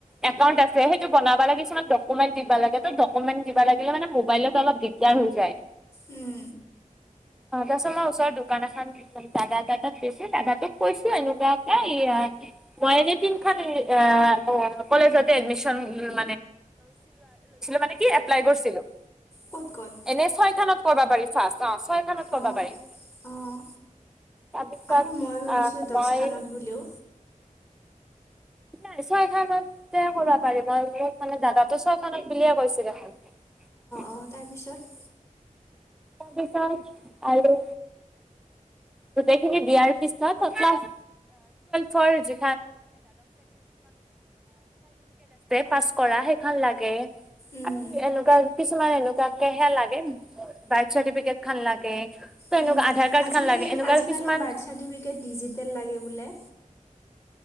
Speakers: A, in the centre; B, on the left.
A: একাউ আছে সেইটো বনাব লাগে কিমানকুন্ দিবা লাগকুমে দিব লে মাইল অল দিগাৰ হৈ যায়
B: উম
A: এই তাৰপাছত ময় ওচৰৰ দোকান এখন দাদা এটা টাট গৈছো দাদা টোক কৈছো এনেকুৱা এই মই এনে তিনিখন কলেজতে লৈছিলো মানে এপ্লেলাই কৰিছিলো
B: ক'ত ক'ত
A: এনে ছয় খনত কৰিবা পাৰি। <unintelligible> ছয়খনত কৰিব
B: অঁ
A: পাৰি
B: অঁ
A: তাৰপিছত
B: আকৌ মই শুনিছোঁ
A: আহ
B: দছখানত
A: মই
B: বুলিও
A: নাই ছয় খানতে কৰিব পাৰি মই মোক মানে দাদাতোই ছয় খানক বুলিয়ে কৈছিলো দেখন।
B: অ' তাৰপিছত?
A: তাৰ পিছত আৰু গোটেই খিনি দিয়াৰ পিছত দাদ্বাশ শ্ৰেণী পাছ কৰাৰ সেই খন লাগে।
B: উম
A: আৰু এনেকুৱা কিছুমান এনেকুৱা কেহেয়া লাগে বাৰ্থ চাৰ্টিফিকেট খান লাগে। ত
B: উম
A: এনেকা আধাৰ কাৰ্ড
B: আজিকালি
A: খান লাগে এনেকুৱা
B: আজিকালি
A: কিছুমান
B: বাৰ্থ চাৰ্টিফিকেট ডিজিটেল লাগে বোলে?